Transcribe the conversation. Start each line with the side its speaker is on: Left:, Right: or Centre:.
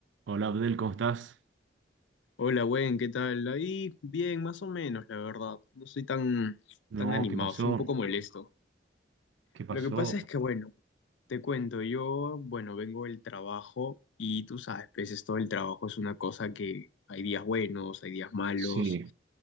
Right: Hola Abdel, ¿cómo estás?
Left: Hola, buen, ¿qué tal? Ahí bien, más o menos, la verdad. No soy tan,
Right: No,
Left: tan animado,
Right: ¿qué pasó?
Left: soy un poco molesto.
Right: ¿Qué pasó?
Left: Lo que pasa es que, bueno, te cuento, yo, bueno, vengo del trabajo y tú sabes, pues es todo el trabajo es una cosa que hay días buenos, hay días malos,
Right: Sí,